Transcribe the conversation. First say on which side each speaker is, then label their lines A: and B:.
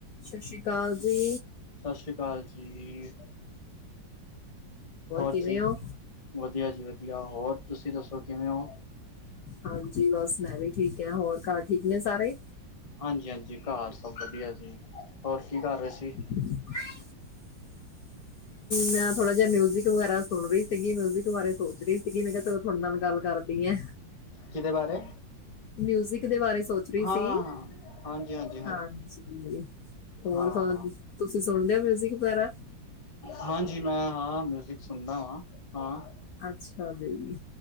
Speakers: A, on the left; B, on the left.
A: ਸਤਿ ਸ੍ਰੀ ਅਕਾਲ ਜੀ।
B: ਸਤਿ ਸ਼੍ਰੀ ਅਕਾਲ ਜੀ। ਹੋਰ
A: ਕਿਵੇਂ
B: ਜੀ
A: ਹੋ
B: ਵਧੀਆ ਜੀ ਵਧੀਆ। ਹੋਰ ਤੁਸੀਂ ਦੱਸੋ ਕਿਵੇਂ ਔ?
A: ਹਾਂਜੀ, ਬਸ ਮੈਂ ਵੀ ਠੀਕ ਹ ਨਾ ਹੋਰ ਘਰ ਠੀਕ ਨੇ ਸਾਰੇ?
B: ਹਾਂਜੀ-ਹਾਂਜੀ, ਘਰ ਸਭ ਵਧੀਆ ਜੀ ਹੋਰ ਕੀ ਕਰ ਰਹੇ ਸੀ?
A: <unintelligible> ਮੈਂ ਥੋੜਾ ਜਿਹਾ ਮਿਊਜਿਕ ਵਗੈਰਾ ਸੁਣ ਰਹੀ ਸੀਗੀ, ਮਿਊਜਿਕ ਬਾਰੇ ਸੋਚ ਰਹੀ ਸੀਗੀ ਮੈਂ ਕਿਹਾ ਚਲ <inaudible> ਨਾਲ ਗੱਲ ਕਰਦੀ ਐ।
B: ਕਿਹਦੇ ਬਾਰੇ?
A: ਮਿਊਜਿਕ ਦੇ ਬਾਰੇ ਸੋਚ ਰਹੀ
B: ਹਾਂ,
A: ਸੀ
B: ਹਾਂ, ਹਾਂ। ਹਾਂਜੀ-ਹਾਂਜੀ।
A: ਹਾਂਜੀ, ਹੋਰ
B: ਹਾਂ,
A: ਤੁਸੀਂ ਸੁਣਦੇ ਹੋ ਮਿਊਜਿਕ ਵਗੈਰਾ?
B: ਹਾਂਜੀ, ਮੈਂ ਹਾਂ ਮਿਊਜਿਕ ਸੁਣਦਾ ਹਾਂ, ਹਾਂ।
A: ਅੱਛਾ ਜੀ?